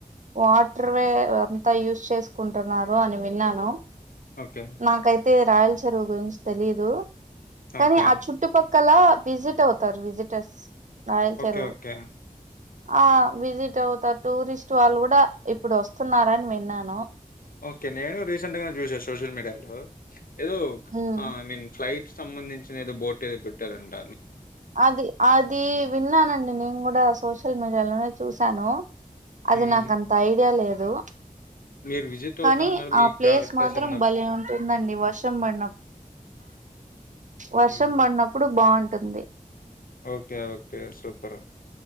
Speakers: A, on the right; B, on the left.
A: వాటర్ వే అంతా యూస్ చేసుకుంటున్నారు అని విన్నాను
B: ఓకే.
A: నాకైతే రాయల చెరువు గురించి తెలిదు కానీ
B: ఓకే.
A: ఆ చుట్టుపక్కల విజిట్ అవుతారు విజిటర్స్ రాయల్ చెరువు
B: ఓకే ఓకే
A: ఆ విజిట్ అవుతారు టూరిస్ట్ వాళ్ళు కూడా ఇప్పుడు వస్తున్నారని విన్నాను
B: ఓకే నేను రీసెంట్ గా చూసా సోషల్ మీడియాలో ఏదో
A: ఉమ్
B: ఐ మీన్ ఫ్లైట్ సంబంధించిన ఏదో బోట్ ఏదో పెట్టారుంట
A: అది అది విన్నానండి నేను కూడా సోషల్ మీడియాలోనే చూశాను అది
B: హ్మ్.
A: నాకంత ఐడియా లేదు
B: మీరు విజిట్ అవుతా
A: కానీ
B: అన్నారు. మీ
A: ఆ ప్లేస్
B: ఫేవరెట్
A: మాత్రం
B: అన్నారు.
A: బలే ఉంటుందండి వర్షం పడిన వర్షం
B: హ్మ్.
A: పడినప్పుడు బాగుంటుంది
B: ఓకే ఓకే సూపర్